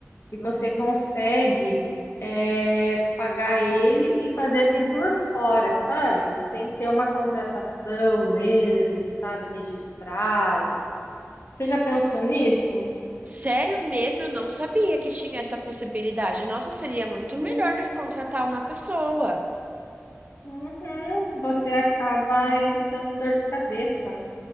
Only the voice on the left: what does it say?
e você consegue é, pagar ele e fazer assim por fora, sabe? Sem ser uma contratação mesmo, sabe? Registrado. Você já pensou nisso?
Sim.
Uhum. Você acaba evitando dor de cabeça.